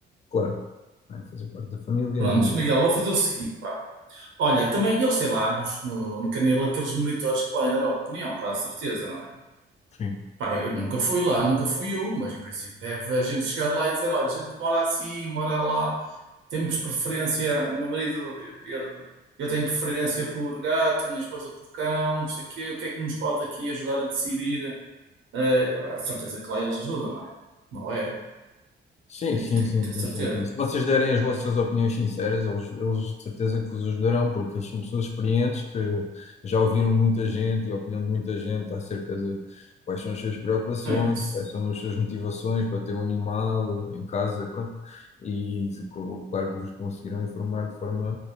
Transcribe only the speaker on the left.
claro, não é? Fazer parte da família
e.
Sim.
Sim,
sim,
sim,
sim,
sim. sim. Se vocês derem as vossas opiniões sinceras, eles, eles de certeza que vos ajudarão, porque eles são pessoas experientes que já ouviram muita gente e a opinião de muita gente acerca de quais são as suas preocupações,
quais são as suas motivações para ter um animal em casa, pronto. E de- co- claro que vos conseguirão informar de forma